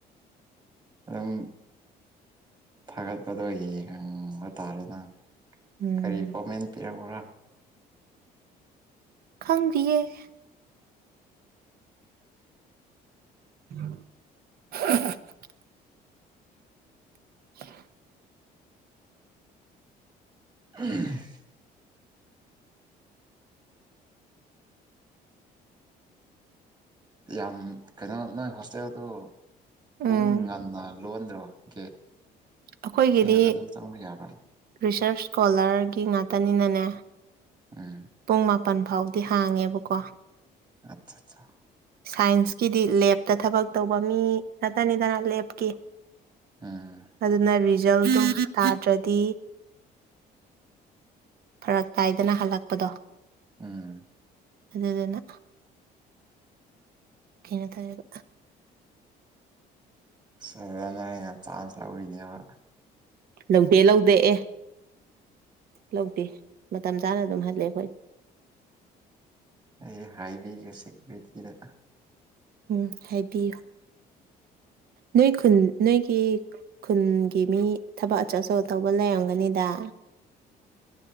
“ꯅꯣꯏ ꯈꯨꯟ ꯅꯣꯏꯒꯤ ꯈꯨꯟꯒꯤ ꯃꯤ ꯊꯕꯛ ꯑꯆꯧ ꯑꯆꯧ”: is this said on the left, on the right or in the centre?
Right